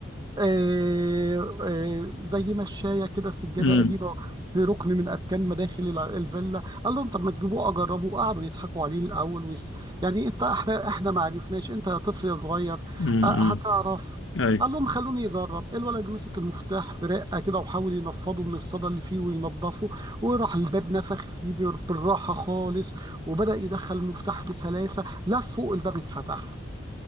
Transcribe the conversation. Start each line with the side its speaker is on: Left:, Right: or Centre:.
Right: آه، آه، زي مشاية كده سجادة
Left: امم
Right: قديمة في ركن من أركان مداخل الع- الفيلا قال لهم طب ما تجيبوه أجربه قعدوا يضحكوا عليه الأول ويس... يعني أنت إحنا إحنا ما عرفناش أنت يا طفل يا صغير
Left: امم
Right: آه، هتعرف
Left: اي
Right: قال لهم خلوني يجرب الولد مسك المفتاح برقة كده وحاول ينفضه من الصدى اللي فيه وينضفه وراح الباب نفخ فيه بر- بالراحة خالص وبدأ يدخل المفتاح بسلاسة لف فوق الباب اتفتح